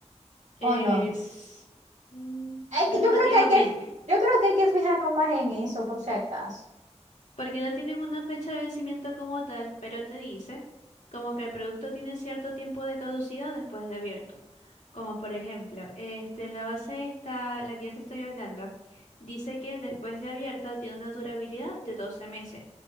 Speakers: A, on the left; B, on the right.
A: es
B: ¿O no?
A: mm,
B: Hay
A: relativamente.
B: que, yo creo que hay que, yo creo que hay que fijarnos más en eso, por si acaso.
A: porque no tienen una fecha de vencimiento como tal, pero te dice como que el producto tiene cierto tiempo de caducidad después de abierto. Como por ejemplo, este, la base esta, la que yo te estoy hablando, dice que después de abierta tiene una durabilidad de 12 meses,